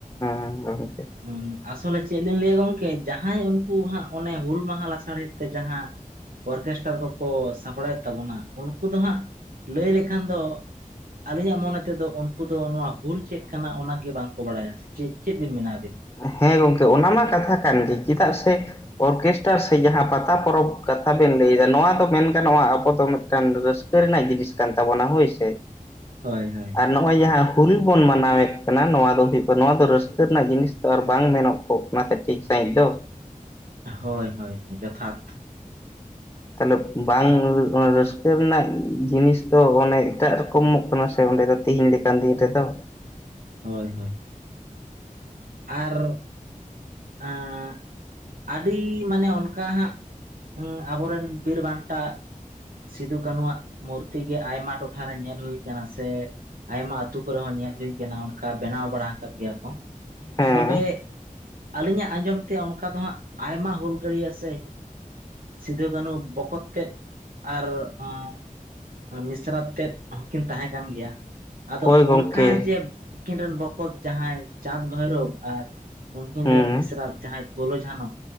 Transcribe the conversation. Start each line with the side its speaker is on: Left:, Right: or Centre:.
Left: ᱦᱮᱸ ᱜᱚᱝᱠᱮ
Right: ᱦᱮᱸ ᱟᱥᱚᱞᱮ ᱪᱮᱫ ᱞᱤᱧ ᱞᱟᱹᱭᱟ ᱜᱚᱝᱠᱮ ᱡᱟᱦᱟᱸᱭ ᱩᱱᱠᱩ ᱦᱟᱸᱜ ᱚᱱᱮ ᱦᱩᱞ ᱢᱟᱦᱟ ᱞᱟᱥᱟᱲᱦᱮᱫ ᱛᱮ ᱡᱟᱦᱟᱸ ᱚᱨᱠᱮᱥᱴᱟᱨ ᱠᱚᱠᱚ ᱥᱟᱯᱲᱟᱣᱮᱫ ᱛᱟᱵᱚᱱᱟ ᱩᱱᱠᱩ ᱫᱚ ᱦᱟᱸᱜ ᱞᱟᱹᱭ ᱞᱮᱠᱷᱟᱱ ᱫᱚ ᱟᱞᱤᱧᱟᱜ ᱢᱚᱱᱮ ᱛᱮᱫᱚ ᱩᱱᱠᱩ ᱫᱚ ᱱᱚᱣᱟ ᱦᱩᱞ ᱪᱮᱫ ᱠᱟᱱᱟ ᱚᱱᱟᱜᱮ ᱵᱟᱝᱠᱚ ᱵᱟᱲᱟᱭᱟ ᱥᱮ ᱪᱮᱫ ᱪᱮᱫ ᱵᱤᱱ ᱢᱮᱱᱟ ᱟᱹᱵᱤᱱ
Left: ᱦᱮᱸ ᱜᱚᱝᱠᱮ ᱚᱱᱟ ᱢᱟ ᱠᱟᱛᱷᱟ ᱠᱟᱱ ᱜᱮ ᱪᱮᱫᱟᱜ ᱥᱮ ᱚᱨᱠᱮᱥᱴᱟᱨ ᱥᱮ ᱡᱟᱦᱟᱸ ᱯᱟᱛᱟ ᱯᱚᱨᱚᱵᱽ ᱠᱟᱛᱷᱟ ᱵᱮᱱ ᱞᱟᱹᱭᱮᱫᱟ ᱱᱚᱣᱟ ᱫᱚ ᱢᱮᱱ ᱜᱟᱱᱚᱜ-ᱟ ᱟᱵᱚ ᱫᱚ ᱢᱤᱫᱴᱟᱝ ᱨᱟᱹᱥ ᱠᱟᱹ ᱨᱮᱱᱟᱜ ᱡᱤᱱᱤᱥ ᱠᱟᱱ ᱛᱟᱵᱚᱱᱟ ᱦᱳᱭ ᱥᱮ
Right: ᱦᱳᱭ ᱦᱳᱭ
Left: ᱱᱚᱜ-ᱚᱭ ᱡᱟᱦᱟᱸ ᱦᱩᱞ ᱵᱚᱱ ᱢᱟᱱᱟᱣᱮᱫ ᱠᱟᱱᱟ ᱱᱚᱣᱟ ᱫᱚ ᱦᱩᱭᱩᱜ ᱠᱟᱱᱟ ᱱᱚᱣᱟ ᱫᱚ ᱨᱟᱹᱥᱠᱟᱹ ᱨᱮᱱᱟᱜ ᱡᱤᱱᱤᱥ ᱛᱚ ᱟᱨ ᱵᱟᱝ ᱢᱮᱱᱚ ᱚᱜ ᱠᱟᱱᱟ ᱥᱮ ᱴᱷᱤᱠ ᱥᱟᱺᱦᱤᱡ ᱫᱚ
Right: ᱦᱳᱭ ᱦᱳᱭ ᱦᱳᱭ ᱡᱚᱛᱷᱟᱛ
Left: ᱛᱟᱦᱚᱞᱮ ᱵᱟᱝ ᱨᱟᱹᱥᱠᱟᱹ ᱨᱮᱱᱟᱜ ᱡᱤᱱᱤᱥ ᱫᱚ ᱚᱱᱮ ᱮᱴᱟᱜ ᱨᱚᱠᱚᱢᱚᱜ ᱠᱟᱱᱟ ᱥᱮ ᱚᱸᱰᱮ ᱫᱚ ᱛᱤᱦᱤᱧ ᱞᱮᱠᱟᱱ ᱫᱤᱱ ᱨᱮᱫᱚ
Right: ᱦᱳᱭ ᱦᱳᱭ ᱟᱨ ᱟᱸᱜ ᱟᱹᱰᱤ ᱢᱟᱱᱮ ᱚᱱᱠᱟ ᱦᱟᱸᱜ ᱟᱵᱚᱨᱮᱱ ᱵᱤᱨ ᱵᱟᱱᱴᱟ ᱥᱤᱫᱩ ᱠᱟᱹᱱᱩᱣᱟᱜ ᱢᱩᱨᱛᱤ ᱜᱮ ᱟᱭᱢᱟ ᱴᱚᱴᱷᱟᱨᱮ ᱧᱮᱞ ᱦᱩᱭ ᱟᱠᱟᱱᱟ ᱥᱮ᱾ ᱟᱭᱢᱟ ᱟᱹᱛᱩ ᱠᱚᱨᱮ ᱦᱚᱸ ᱧᱮᱞ ᱦᱩᱭ ᱟᱠᱟᱱᱟ ᱚᱱᱠᱟ ᱵᱮᱱᱟᱣ ᱵᱟᱲᱟ ᱟᱠᱟᱫ ᱜᱮᱭᱟ ᱠᱚ
Left: ᱦᱮᱸ
Right: ᱛᱚᱵᱮ ᱟᱞᱤᱧᱟᱜ ᱟᱸᱡᱚᱢ ᱛᱮ ᱚᱱᱠᱟ ᱫᱚ ᱦᱟᱸᱜ ᱟᱭᱢᱟ ᱦᱩᱞᱜᱟᱹᱲᱤᱭᱟᱹ ᱥᱮ ᱥᱤᱫᱷᱩ ᱠᱟᱹᱱᱦᱩ ᱵᱚᱠᱚᱛ ᱛᱮᱫ ᱟᱨ ᱟᱸᱻ ᱢᱤᱥᱨᱟᱛ ᱛᱮᱫ ᱦᱚᱸᱠᱤᱱ ᱛᱟᱦᱮᱸ ᱠᱟᱱ ᱜᱮᱭᱟ ᱟᱫᱚ
Left: ᱦᱳᱭ
Right: ᱚᱱᱠᱟ
Left: ᱜᱚᱝᱠᱮ
Right: ᱡᱮ ᱩᱱᱠᱤᱱ ᱨᱮᱱ ᱵᱚᱠᱚᱛ ᱡᱟᱦᱟᱸᱭ ᱪᱟᱸᱫᱽ ᱵᱷᱟᱭᱨᱚᱵᱽ ᱟᱨ ᱩᱱᱠᱤᱱ
Left: ᱦᱮᱸ
Right: ᱨᱮᱱ ᱢᱤᱥᱨᱟ ᱡᱟᱦᱟᱸᱭ ᱯᱷᱩᱞᱚ ᱡᱷᱟᱱᱚ